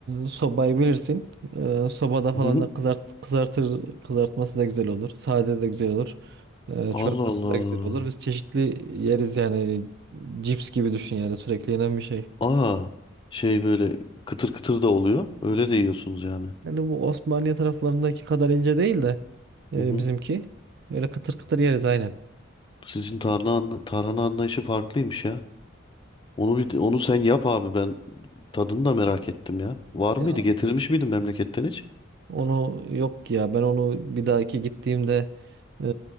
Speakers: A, on the right (about 55°); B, on the left (about 25°).
A: sobayı bilirsin. E, sobada falan
B: Hı hı.
A: da kızart, kızartır, kızartması da güzel olur. Sade de güzel olur. E,
B: Allah
A: çorbası
B: Allah.
A: da güzel olur. Biz çeşitli yeriz yani. Cips gibi düşün yani sürekli yenen bir şey.
B: Aa, şey böyle kıtır kıtır da oluyor. Öyle de yiyorsunuz yani.
A: Yani bu Osmaniye taraflarındaki kadar ince değil de e,
B: Hı hı.
A: bizimki. Öyle kıtır kıtır yeriz aynen.
B: Sizin tarhana, anla- tarhana anlayışı farklıymış ya. Onu bir, onu sen yap abi ben tadını da merak ettim ya. Var
A: Ya
B: mıydı? Getirmiş miydin memleketten hiç?
A: onu yok ya ben onu bir dahaki gittiğimde e,